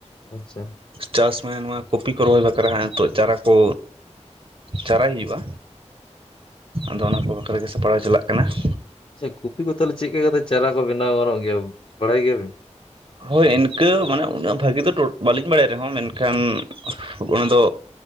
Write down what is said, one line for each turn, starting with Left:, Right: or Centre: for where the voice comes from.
Left: ᱟᱪᱪᱷᱟ,
Right: ᱪᱟᱥ ᱢᱟᱱᱮ ᱱᱚᱣᱟ ᱠᱚᱯᱤ ᱠᱚ ᱨᱚᱦᱚᱭ ᱵᱟᱠᱷᱨᱟ <inaudible> ᱛᱚᱜ ᱪᱟᱨᱟ ᱠᱚ ᱪᱟᱨᱟᱭ ᱦᱩᱭᱩᱜᱼᱟ᱾ ᱟᱫᱚ ᱚᱱᱟ ᱠᱚ ᱵᱟᱠᱷᱟᱨᱟ ᱜᱮ ᱥᱟᱯᱲᱟᱣ ᱪᱟᱞᱟᱜ ᱠᱟᱱᱟ ᱾
Left: ᱟᱪᱪᱷᱟ ᱠᱚᱯᱤ ᱠᱚ ᱛᱟᱞᱦᱮ ᱪᱮᱜ ᱠᱟᱛᱮ ᱪᱟᱨᱟ ᱠᱚ ᱵᱮᱱᱟᱣ ᱜᱟᱱᱚᱜ ᱜᱮᱭᱟ ᱵᱟᱲᱟᱭ ᱜᱮᱭᱟᱵᱤᱱ?
Right: ᱦᱳᱭ ᱤᱱᱠᱟᱹ ᱢᱟᱱᱮ ᱩᱱᱟᱹᱜ ᱵᱷᱟᱹᱜᱤ ᱫᱚ ᱵᱟᱹᱞᱤᱧ ᱵᱟᱲᱟᱭ ᱨᱮᱦᱚᱸ ᱢᱮᱱᱠᱷᱟᱱ ᱼᱼ ᱚᱱᱟ ᱫᱚ